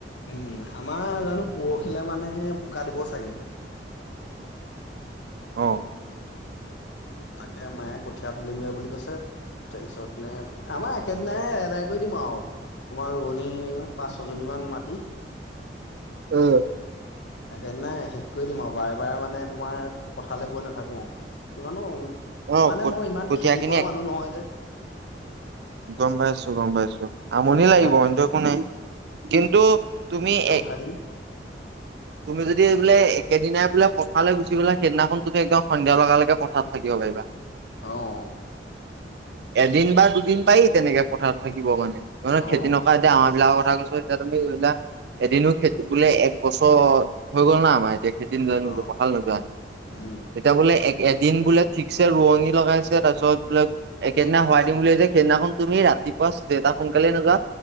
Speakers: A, on the left; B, on the right.
A: উম, আমাৰ জানো পৰখিলে মানেহে বোকা দিব চাগে।
B: অ'।
A: তাকে মায়ে কঠিয়া তুলিমগৈ বুলি কৈছে। তাৰপিছত নে আমাৰ একেদিনাই এদাই কৰি দিম আৰু। তোমাৰ ৰুৱনি পাঁচ ছয় জনী মান মাটি।
B: অহ'।
A: একে দিনাই শেষ কৰি দিম আৰু বাৰে বাৰে মানে তোমাৰ পথালে গৈ নাথাকোঁ ইমানোও।
B: অ
A: মানে মই ইমান
B: কঠীয়া
A: খেতি
B: খিনি
A: কৰা মানুহ নহয় যে।
B: গ'ম পাইছোঁ, গ'ম পাইছোঁ, আমনি
A: কঠীয়া
B: লাগিব অইনতো একো নাই ন কিন্তু তুমি এ।
A: খাইদিম।
B: তুমি যদি বোলে একেদিনাই বোলে পথালৈ গুচি গ'লা, সেইদিনাখন তুমি একদম সন্ধিয়া লগালৈকে পথাত থাকিব পাৰিবা।
A: অহ'।
B: এদিন বা দুদিন পায়েই তেনেকে পথাৰত থাকিব নহ'লে
A: অ
B: খেতি নকৰা। এতিয়া আমাৰ বিলাকৰ কথা কৈছোঁ এতিয়া তুমি যাক এদিনো খেতি বোলে এক বছৰ হৈ গ'ল। হ'ল না আমাৰ খেতি ন নোযাৱ
A: অ
B: পথাৰলে নোযোৱা।
A: উম
B: এতিয়া বোলে এ এদিন বোলে ঠিকছে ৰুৱনি লগাইছে তাৰপিছত বোলে। একেইদিনা হোৱাই দিম বুলি ভাবিছা। সেইদিনাখন তুমি ৰাতিপুৱা জেতা সোনকালে নোজোৱা।